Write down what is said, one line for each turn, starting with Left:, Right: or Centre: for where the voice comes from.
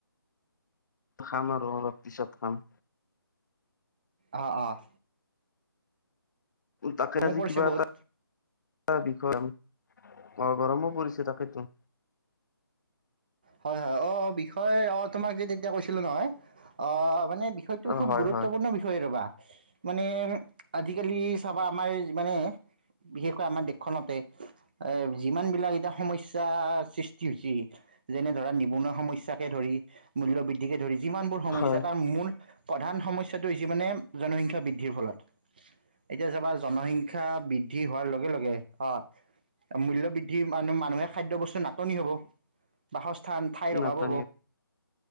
Left: খাম আৰু অলপ পিছত খাম।
Right: অহ, অহ।
Left: তাকে আজি
Right: পৰিছে
Left: কিবা
Right: বহুত।
Left: এটা টা বিষয় অহ, গৰমো পৰিছে তাকেইতো।
Right: হয় হয় অহ, বিষয় অহ, তোমাক যে তেতিয়া কৈছিলো নহয়ম অহ মানে বিষয়টো
Left: অ
Right: খুব
Left: হয়
Right: গুৰুত্বপূৰ্ণ
Left: হয়
Right: বিষয় ৰ'বা মানে আজিকালি চাবা, আমাৰ মানে বিশেষকৈ আমাৰ দেশখনতে এহ যিমান বিলাক এতিয়া সমস্যা সৃষ্টি হৈছি যেনে ধৰা নিবনুৱা সমস্যাকে ধৰি, মূল্য বৃদ্ধিকে ধৰি যিমানবোৰ সমস্যা
Left: হয়
Right: তাৰ মূল প্ৰধান সমস্যাটো হৈছে মানে, জনসংখ্যা বৃদ্ধিৰ ফলত এতিয়া চাবা জনসংখ্যা বৃদ্ধি হোৱাৰ লগে লগে অ', মূ বৃদ্ধি মানুহ মানুহে খাদ্য বস্তুৰ নাটনি হ'ব। বাস স্থান ঠাইৰ
Left: নাটনি
Right: অভাৱ হ'ব,